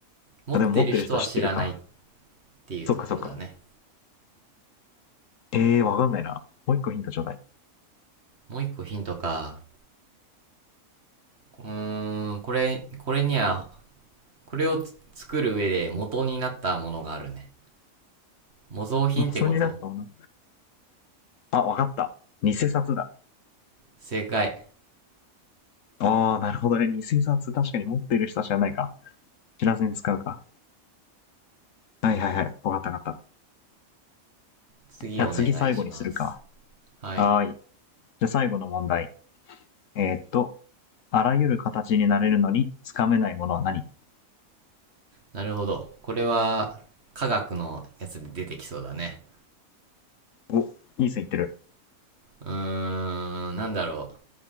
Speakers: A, on the right (about 50°); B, on the left (about 65°).
A: 持っている人は知らないっ
B: あ、でも持ってる人は知ってるか。
A: ていうところだね。
B: そっかそっか。ええー、わかんないな。もう一個ヒントちょうだい。
A: もう一個ヒントか。うーん、これ、これには、これを作る上で元になったものがあるね。模造品ってこと
B: もうそれになったもんな。あ、わかった。偽札だ。
A: 正解。
B: ああ、なるほどね。偽札確かに持ってる人は知らないか。知らずに使うか。はいはいはい。わかったわかった。
A: 次お願いします。
B: じゃあ次最後にするか。
A: はい。
B: はーい。じゃあ最後の問題。えーっと、あらゆる形になれるのにつかめないものは何
A: なるほど。これは、科学のやつで出てきそうだね。
B: お、いい線いってる。
A: うーん、なんだろ